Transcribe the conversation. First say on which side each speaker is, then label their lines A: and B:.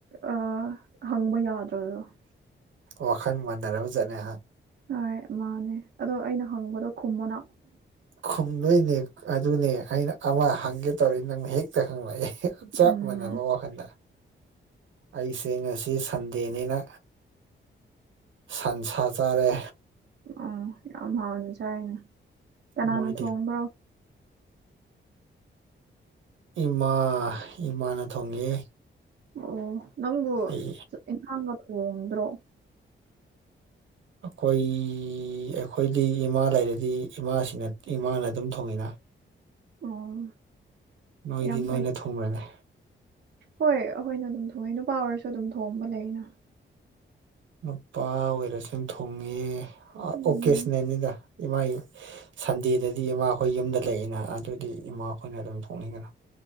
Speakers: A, on the right; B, on the right.
A: ꯑꯥ ꯍꯪꯕ ꯌꯥꯗ꯭ꯔꫭ ꯗꫭ
B: ꯋꯥꯈꯜ ꯃꯥꯟꯅꯔꯕ ꯖꯠꯅꯦ ꯍꯥ
A: ꯍꯣꯏ ꯃꯥꯅꯦ ꯑꯗꯣ ꯑꯩꯅ ꯍꯪꯕꯗꯣ ꯈꯨꯝꯃꯣꯅ
B: ꯈꯨꯝꯗꯣꯏꯅꯦ ꯑꯗꯨꯅꯦ ꯑꯩꯅ ꯑꯃ ꯍꯪꯒꯦ ꯇꯧꯔꯦ ꯅꯪꯅ ꯍꯦꯛꯇ ꯍꯪꯂꯛꯑꯦ ꯆꯞ
A: ꯎꯝ
B: ꯃꯥꯟꯅꯕ ꯋꯥꯈꯜꯗ ꯑꯩꯁꯦ ꯉꯁꯤ ꯁꯟꯗꯦꯅꯤꯅ ꯁꯟꯁꯥ ꯆꯥꯔꯦ
A: ꯎꯝ ꯌꯥꯝ ꯍꯥꯎꯅ ꯆꯔꯦꯅꯦ ꯀꯅꯥꯅ
B: ꯅꯣꯏꯗꯤ
A: ꯊꯣꯡꯕ꯭ꯔꯣ
B: ꯏꯃꯥ ꯏꯃꯥꯅ ꯊꯣꯡꯉꯦ
A: ꯑꯣ ꯅꯪꯕꯨ
B: ꯑꯩ
A: ꯏꯟꯁꯥꯡꯒ ꯊꯣꯡꯗ꯭ꯔꯣ
B: ꯑꯩꯈꯣꯏ ꯑꯩꯈꯣꯏꯗꯤ ꯏꯃꯥ ꯂꯩꯔꯗꯤ ꯏꯃꯥꯁꯤꯅ ꯏꯃꯥꯅ ꯑꯗꯨꯝ ꯊꯣꯡꯉꯤꯅ
A: ꯑꯣ
B: ꯅꯣꯏꯗꯤ
A: ꯌꯥꯝ ꯐꯩ
B: ꯅꯣꯏꯅ ꯊꫭꯡꯕ꯭ꯔꯅꯦ
A: ꯍꯣꯏ ꯑꯩꯈꯣꯏꯅ ꯑꯗꯨꯝ ꯊꯣꯡꯉꯦ ꯅꯨꯄꯥ ꯑꯣꯏꯔꯁꯨ ꯑꯗꯨꯝ ꯊꯣꯡꯕ ꯂꯩꯅ
B: ꯅꯨꯄꯥ ꯑꯣꯏꯔꯁꯨ ꯊꯣꯡꯉꯦ ꯑꯣꯀꯦꯖꯅꯦꯅꯤꯗ
A: ꯎꯝ
B: ꯏꯃꯥ ꯁꯟꯗꯦꯗꯗꯤ ꯏꯃꯥ ꯑꯩꯈꯣꯏ ꯌꯨꯝꯗ ꯂꯩꯏꯅ ꯑꯗꯨꯗꯤ ꯏꯃꯥꯈꯣꯏꯅ ꯑꯗꯨꯝ ꯊꯣꯛꯅꯤꯡꯒꯅ